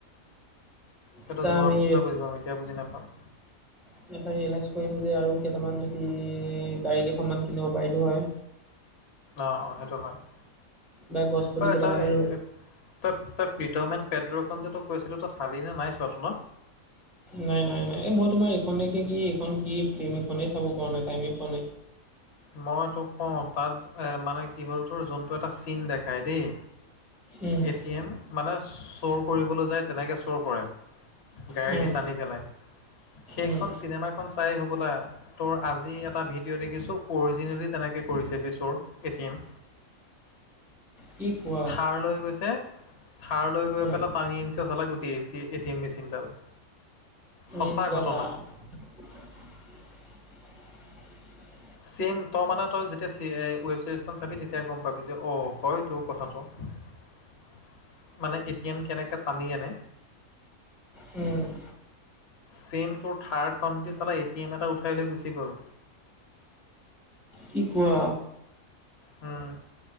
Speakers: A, on the left; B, in the centre.
A: সেইটো
B: এটা
A: যোৱাৰ
B: আমি
A: পিছতে বুজি পাম, এতিয়া বুজি নাপাম।
B: তেতিয়া ৰিয়েলাইজ কৰিম যে আৰু কেইটামান যদি গাড়ী কেইখনমান কিনিব পাৰিলোঁ হয়।
A: অ', অ', সেইটো হয় অ,
B: বা গছ পুলি
A: তই
B: কেইটামানো
A: তই -তই পিটমেন পেদ্ৰ খনযে তোক কৈছিলো, তই চালি নে নাই চোৱাতো ন?
B: নাই -নাই -নাই, এই মই তোমাৰ এইখনেকে কি এইখন কি ফিল্ম এইখনেই চাব পৰা নাই, টাইমেই পোৱা নাই।
A: মই তোক কওঁ, তাত এ মানে কি হ'ল তোৰ যোনটো এটা চিন দেখাই দেই
B: উম
A: এটি-এম, মানে চুৰ কৰিবলৈ যায় তেনেকে চুৰ কৰে গাড়ীদি
B: উম,
A: টানি পেলাই। সেইখন
B: উম,
A: চিনেমাখন চাই হবলা, তোৰ আজি এটা ভিডিঅ' দেখিছো অৰিজিনেলি তেনেকৈ কৰিছে, বেছৰ এ-টি-এম।
B: কি কোৱা?
A: থাৰ লৈ গৈছে থাৰ লৈ গৈ
B: উম,
A: পেলাই টানি আনিছে চালা, গোটেই এ চি এ-টি-এম মেচিনডাল। সঁচা
B: ইচ চালা,
A: ঘটনা।
B: <inaudible>
A: চিম, তই মানে, তই যেতিয়া ৱেব চিৰিজখন চাবি তেতিয়া গম পাবি যে অ, হয়তো কথা <unintelligible> মানে এটি এম কেনেকে টানি আনে।
B: উম।
A: ছেম তোৰ থাৰ খন দি চালা এটি-এম এটা উঠাই লৈ গুচি গ'ল।
B: কি কোৱা?
A: উম।